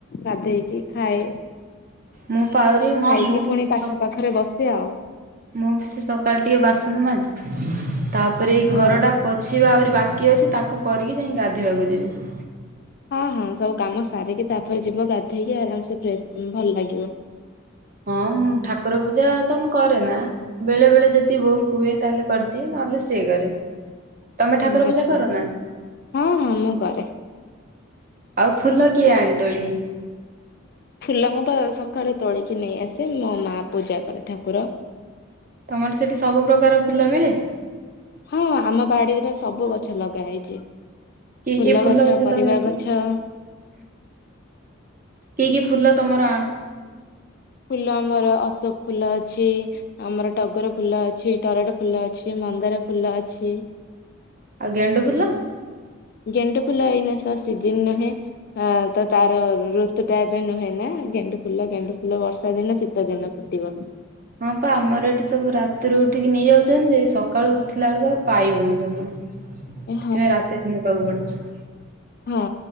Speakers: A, on the left; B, on the right.
A: ଗାଧେଇକି ଖାଏ।
B: ମୁଁ ପାଉରି ହଁ
A: ଖାଇକି
B: ମୁଁ ବି
A: ପୁଣି ପାଠ
B: ସମୁଁ
A: ପାଖରେ ବସେ ଆଉ
B: ବି ସେ ସକାଳ ଟିକେ ବାସନ ମାଜେ ତାପରେ ଏଇ ଘରଟା
A: ହଁ
B: ପୋଛିବା ଆହୁରି ବାକି ଅଛି ତାକୁ କରିକି ଯାଇକି ଗାଧୋଇବାକୁ ଯିବି।
A: ହଁ ହଁ ସବୁ କାମ ସାରିକି ତାପରେ ଯିବ ଗାଧେଇକି ଆରାମସେ ଫ୍ରେସ଼ ଭଲ ଲାଗିବ।
B: ହଁ ଠାକୁର ପୂଜା ତ ମୁଁ କରେ ନା ବେଳେ ବେଳେ ଯଦି ବୋଉ କୁହେ ତାହେଲେ କରିଦିଏ ନହେଲେ ସିଏ କରେ। ତମେ
A: ହୁଁ
B: ଠାକୁର
A: ଆଚ୍ଛା
B: ପୂଜା କର
A: ଆଚ୍ଛା
B: ନା?
A: ହଁ ହଁ ମୁଁ କରେ।
B: ଆଉ ଫୁଲ କିଏ ଆଣ ତୋଳି କି?
A: ଫୁଲ ମୁଁ ତ ସକାଳେ ତୋଳିକି ନେଇ ଆସେ ମୋ ମା ପୂଜା କରେ ଠାକୁର।
B: ତମର ସେଠି ସବୁ ପ୍ରକାର ଫୁଲ ମିଳେ?
A: ହଁ ଆମ ବାଡିରେ ବା ସବୁ ଗଛ ଲଗା ହେଇଛି।
B: କି
A: ଫୁଲ
B: କି
A: ଗଛ, ପରିବା
B: ଲଗା ହେଇଛି?
A: ଗଛ
B: କି କି ଫୁଲ ତମର ଆଣ?
A: ଫୁଲ ଆମର ଅଶୋକ ଫୁଲ ଅଛି ଆମର ଟଗର ଫୁଲ ଅଛି, ଟରାଟ ଫୁଲ ଅଛି, ମନ୍ଦାର ଫୁଲ ଅଛି।
B: ଆଉ ଗେଣ୍ଡୁ ଫୁଲ?
A: ଗେଣ୍ଡୁ ଫୁଲ ଏଇନା ତା ସିଜିନ ନୁହେଁ। ହଁ ତ ତାର ଋତୁ ଟା ଏବେ ନୁହେଁ ନା ଗେଣ୍ଡୁ ଫୁଲ ଗେଣ୍ଡୁ ଫୁଲ ବର୍ଷା ଦିନ ଶିତ ଦିନେ ଫୁଟିବ।
B: ହଁ ପା ଆମର ଏଠି ସବୁ ରାତିରୁ ଉଠିକି ନେଇଯାଉଛନ୍ତି ଯେ ସକାଳୁ ଉଠିଲା ବେଳକୁ ଆଉ ପାଇବୁନି ଜମା। ସେଥି
A: ହଁ
B: ମାଇଁ ରାତି ତିନିଟା ରୁପ ଳୋଉ।
A: ହୁଁ